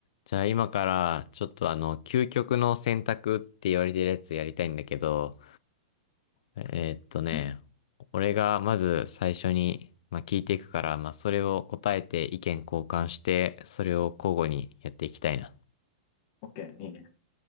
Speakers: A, on the left; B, on the left.
A: じゃあ今からちょっとあの、究極の選択って言われてるやつやりたいんだけど、えーっとね、
B: うん。
A: 俺がまず最初に、まあ、聞いていくから、まあ、それを答えて意見交換して、それを交互にやっていきたいな。
B: オッケー、いいね。